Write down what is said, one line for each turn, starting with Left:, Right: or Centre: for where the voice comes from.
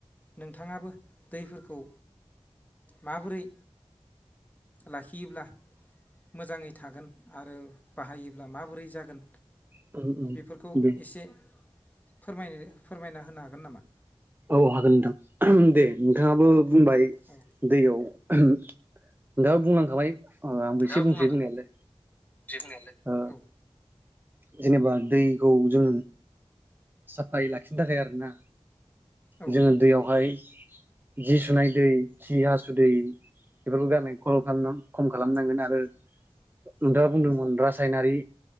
Left: नोंथाङाबो दैफोरखौ माबोरै लाखियोब्ला मोजाङै थागोन आरो बाहायोब्ला माबोरै जागोन।
Right: उम उम
Left: बेफोरखौ
Right: दे
Left: एसे फोरमायनो फोरमायना होनो हागोन नामा?
Right: औ हागोन नोंथां दे नोंथाङाबो बुंबाय
Left: औ
Right: दैयाव नोंथाङा बुंलांखाबाय अ आंबो
Left: नोंथाङा
Right: एसे बुंनोसै
Left: बुंलांखाबाय
Right: बुंनायालाय
Left: बुंनायालाय
Right: अ
Left: औ
Right: जेनेबा दैखौ जों साफायै लाखिनो थाखाय आरोना।
Left: औ
Right: जों दैयावहाय जि सुनाय दै सि हासु दै बेफोरखौ गारनानै ख' खम खालामनांगोन आरो नोंथाङा बुंदोंमोन रासायनारि